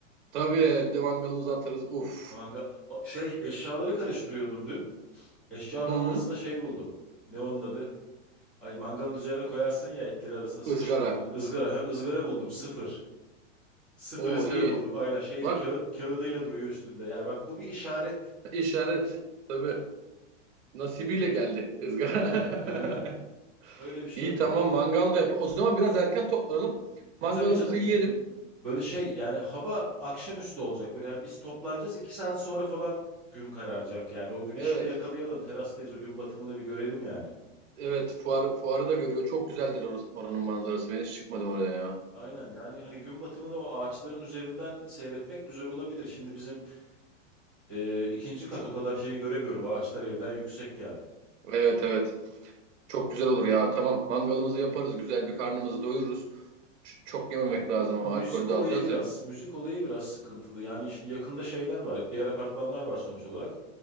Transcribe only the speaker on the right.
Tabii bir de mangalımızı atarız. Uf.
Hı,
ızgara.
Oo
iyi.
Bak
işaret. Tabii. Nasibiyle geldi ızgara.
<laughs>
İyi
tamam mangal da yap. O zaman biraz erken toplanalım.
Mangalımızı
yiyelim.
Evet.
Evet fuar, fuarı da görüyor. Çok güzeldir orası- oranın manzarası. Ben hiç çıkmadım oraya ya.
Evet evet. Çok güzel olur ya. Tamam mangalımızı yaparız. Güzel bir karnımızı doyururuz. Ç- çok yememek lazım
ama alkolde
alacağız
ya.